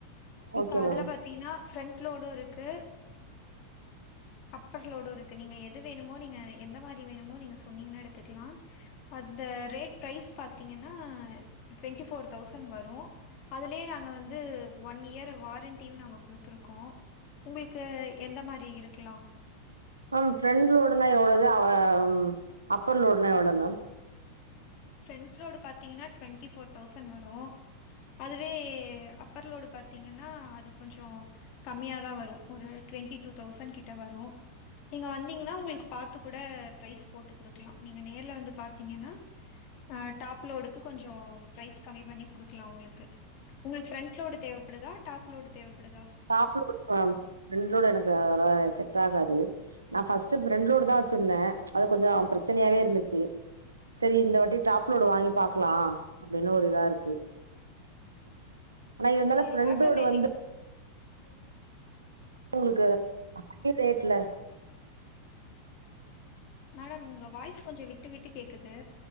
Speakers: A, on the left (about 40°); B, on the right (about 80°).
A: இப்ப
B: ஓகே
A: அதுல
B: மேம்
A: பாத் தீனா ஃபிரண்ட் லோடு இருக்கு அப்பர்லோடு இருக்கு நீங்க எது வேணுமோ நீங்க எந்த மாரி வேணுமோ நீங்க சொன்னீங்கனா எடுத்துக்குலா அந்த ரேட் பிரைஸ் பாத்தீங்கனா டுவென்டி ஃபோர் தௌசண் வரு அதுலே நாங்க வந்து ஒன் இயர் வாரண்டியு நாங்க குடுத்துருக்கோ உங்ளுக்கு எந்த மாரி இருக்குலா
B: மேம் ஃபிண்ட் லோடுனா எவுளவு அவ ம் அப்பர் லோடுனா எவ்ளோ மேம்
A: ஃபிரண்ட் லோடு பாத்தீங்குனா டுவென்ட்டி ஃபோர் தௌசண் வரு அதுவே அப்பர்லோடு பாத்தீங்கனா அது கொஞ்சோ கம்மியாதா வரு ஒரு டுவென்ட்டி டூ தௌசண் கிட்ட வரு நீங்க வந்தீங்னா உங்ளுக்கு பாத்து கூட ப்ரைஸ் போட்டு குடுக்குலா நீங்க நேர்ல வந்து பாத்தீங்கனா அ டாப் லோடுக்கு கொஞ்சோ ப்ரைஸ் கம்மி பண்ணி குடுக்குலா உங்ளுக்கு உங்ளுக் ஃபிரண் ட் லோடு தேவப்படுதா டாப் லோடு தேவப்படுதா
B: top load ma'am front load எனக்கு அதெல்லா செட்டாகாது நா ஃபஸ்ட்டு ஃபிரெண்ட் லோடுதா வச்சிருந்த அது கொஞ்சோ பிரச்சனையாவே இருந்துச்சு செரி இந்த வாட்டி டாப்லோடு வாங்கி பாக்குலா அப்டின்னு ஒரு இதா இருக்கு ஆனா இருந்தாலு
A: சரி
B: ஃபிரண்ட்
A: ஆட்டோமேட்டிக்
B: லோடு வந்து உங்ளுக்கு கம்மி ரேட்ல
A: மேடம் உங்க வாய்ஸ் கொஞ்ச விட்டு விட்டு கேக்குது